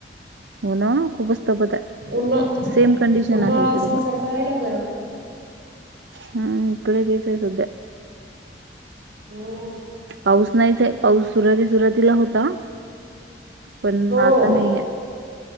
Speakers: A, on the right; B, on the right.
A: हो ना खूपच तपत.
B: उन्हा,
A: सेम कंडिशन
B: उन्हाळा
A: आहे इकडे
B: असल्यासारखा राहिला गरम.
A: हम् इकडे तेच आहे सध्या.
B: हो.
A: पाऊस नाहीच आहे पाऊस सुरुाती सुरुवातीला होता, पण
B: हो
A: आता नाहीये.